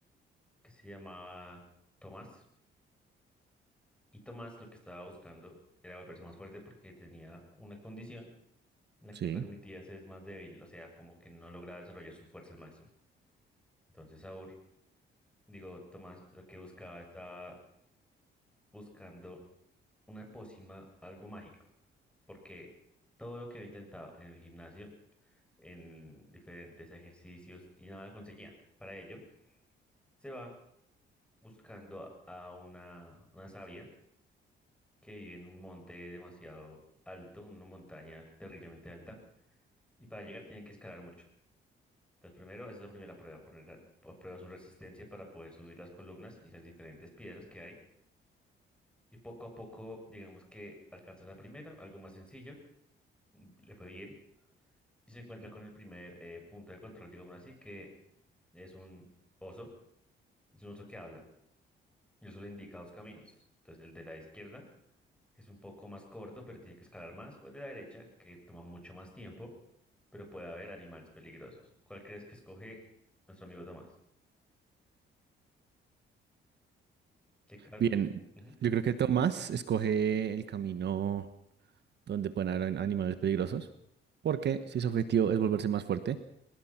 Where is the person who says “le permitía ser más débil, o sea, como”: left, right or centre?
Centre